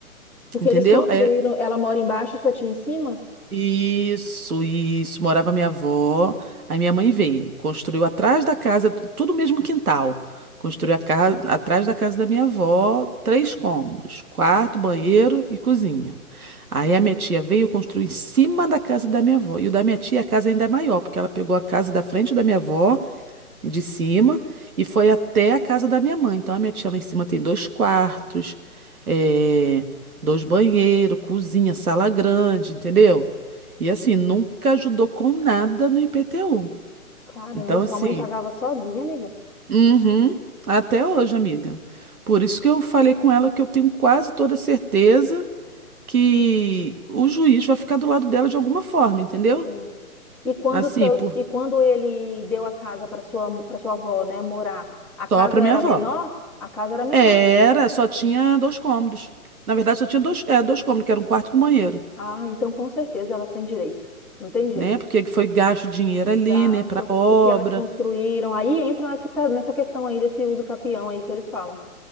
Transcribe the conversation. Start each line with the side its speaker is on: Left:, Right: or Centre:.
Centre: Porque
Right: Entendeu?
Centre: eles construíram.
Right: É
Centre: Ela mora embaixo e sua tia em cima?
Right: isso, isso. Morava minha avó. Aí minha mãe veio, construiu atrás da casa, tudo o mesmo quintal. Construiu a casa atrás da casa da minha avó, três cômodos, quarto, banheiro e cozinha. Aí a minha tia veio e construiu em cima da casa da minha avó. E o da minha tia, a casa ainda é maior, porque ela pegou a casa da frente da minha avó de cima e foi até a casa da minha mãe. Então a minha tia lá em cima tem dois quartos, eh, dois banheiros, cozinha, sala grande, entendeu? E assim, nunca ajudou com nada no IPTU.
Centre: Caramba,
Right: Então,
Centre: sua
Right: assim,
Centre: mãe pagava sozinha, amiga.
Right: uhum, até hoje, amiga. Por isso que eu falei com ela que eu tenho quase toda certeza que o juiz vai ficar do lado dela de alguma forma, entendeu?
Centre: Sim. E quando
Right: Assim,
Centre: o seu,
Right: por,
Centre: e quando ele deu a casa para sua, para sua avó, né, morar, a casa
Right: só pra minha
Centre: era
Right: avó.
Centre: menor? A casa era menor.
Right: Era, só tinha dois cômodos. Na verdade, só tinha dois, é, dois cômodos, que era um quarto com banheiro,
Centre: Ah, então com certeza elas têm direito. Não tem jeito.
Right: né? Porque foi gasto dinheiro ali,
Centre: gasto,
Right: né, pra obra.
Centre: o que elas construíram. Aí entra nesse ca- nessa questão aí desse uso capião aí que eles falam.